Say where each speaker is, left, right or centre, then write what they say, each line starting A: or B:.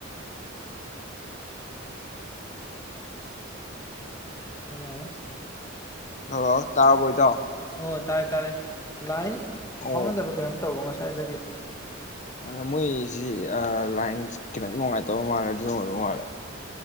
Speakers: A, on the left (about 15°); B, on the left (about 35°).
A: ꯍꯦꯜꯂꯣ
B: ꯍꯜꯂꯣ ꯇꯥꯕꯣꯏꯗꯥꯎ
A: ꯑꯣ ꯇꯥꯔꯦ ꯇꯥꯔꯦ ꯂꯥꯏꯟ
B: ꯑꯣ
A: ꯐꯥꯎꯅꯗꯕ ꯀꯩꯅꯣꯝ ꯇꯧꯕ ꯉꯁꯥꯏ ꯁꯥꯏꯏꯗꯒꯤ
B: ꯑꯗ ꯃꯣꯏꯁꯤ ꯂꯥꯏꯟ ꯈꯤꯇꯪ ꯅꯨꯡꯉꯥꯏꯇꯕ ꯃꯥꯜꯂꯦ ꯑꯗꯨ ꯅꯨꯡꯉꯥꯏꯕ ꯃꯥꯜꯂꯦ